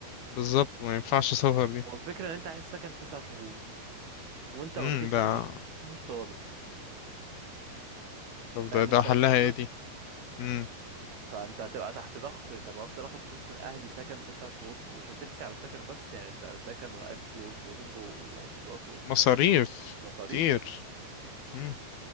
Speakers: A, on the left (about 70°); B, on the right (about 70°).
A: بالظبط ما ينفعش سفر دي
B: والفكرة ان انت عايز سكن تسع شهور وانت
A: امم
B: اوريدي خريج
A: ده
B: انت مش طالب
A: طب
B: فاهم
A: ده ده
B: انت
A: حلها
B: القصة
A: ايه دي امم
B: فانت هتبقى تحت ضغط طب افضل اخد فلوس من اهلي سكن تسع شهور ومش هترسي على سكن بس يعني انت سكن واكل وشرب ومواصلات وسعر
A: مصاريف
B: بقى مصاريف
A: كتير امم